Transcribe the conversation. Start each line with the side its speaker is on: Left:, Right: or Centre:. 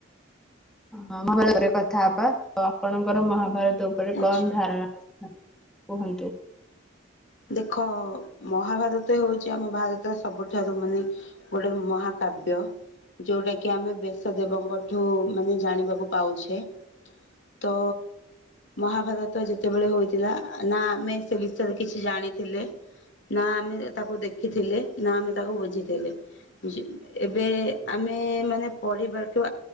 Centre: ହ ମହାଭାରତ ଉପରେ କଥା ହବା, ତ ଆପଣଙ୍କର ମହାଭାରତ ଉପରେ
Left: ଆଚ୍ଛା।
Centre: କଣ ଧାରଣା? କୁହନ୍ତୁ?
Left: ଦେଖ ମହାଭାରତ ହେଉଛି, ଆମ ଭାରତ ସବୁଠାରୁ ମାନେ ଗୋଟେ ମହାକାବ୍ୟ। ଯୋଉଟା କି ଆମେ ବେଶ ଦେବଙ୍କଠୁ ମାନେ ଜାଣିବାକୁ ପାଉଛେ। ତ ମହାଭାରତ ଯେତେବେଳେ ହୋଇଥିଲା, ନା ଆମେ ସେ ବିଷୟରେ କିଛି ଜାଣିଥିଲେ, ନା ଆମେ ତାକୁ ଦେଖିଥିଲେ, ନା ଆମେ ତାକୁ ବୁଝିଥିଲେ। <unintelligible> ଏବେ ଆମେ ମାନେ ପଢ଼ିବାଠୁ